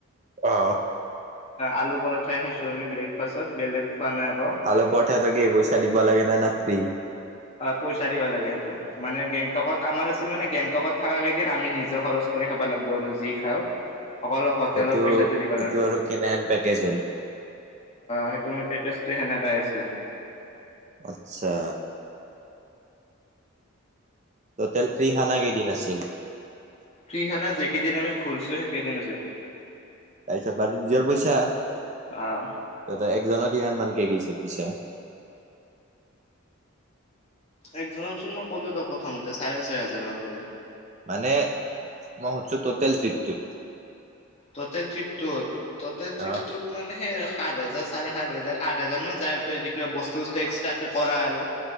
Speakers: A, on the right (about 35°); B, on the left (about 30°).
A: অ।
B: আলু পৰঠাই খাইছো আমি ব্ৰেকফাষ্টত বেলেগ। খোৱা নাই আকৌ
A: ভল পঠটো কি পইচা দিবা লাগে না ফিৰি।
B: অ পইচা দিবা লাগে সেইটো মানে গেংটকত আমাৰ আছিল মানে গেংটকত থকা কেইদিন আমি নিজে খৰচ- কৰি খাব লাগিব আৰু যি খাওঁ। অকল হোটেলৰ
A: এইটো
B: পইচাটো দিবা
A: এইটো
B: নালাগে।
A: আৰু কেনেহেন পেকেজ হ'ল
B: সেইটো মানে পেকেজ- সেনে কাই আছে
A: আচ্ছা। হোটেল ফ্ৰী খানা কেইদিন আছিল?
B: ফ্ৰী খানা যি কেইদিন আমি ঘূৰিছো সেইে কেইদিন আছিল।
A: এতিয়া নিজৰ পইচা ত'
B: আহ
A: একজনক ইমান মান- গৈছে পইচা।
B: এজনক চোন মই ক'লো ত' প্ৰথমতে চাৰে ছয় হাজাৰ মান কৰি।
A: মানে মই সোধিছো টোটেল কিমান বুলি?
B: টোটেল ত্ৰিপ তোত টোতেল ট্ৰিপ
A: অ
B: মানে সেই ৰাখ- সাত হাজাৰ চাৰে সাত হাজাৰ, আঠ হাজাৰ মান যায় আৰু ত' যদি কিবা বস্তু চস্তু একস্ট্ৰা কে কৰা আৰু।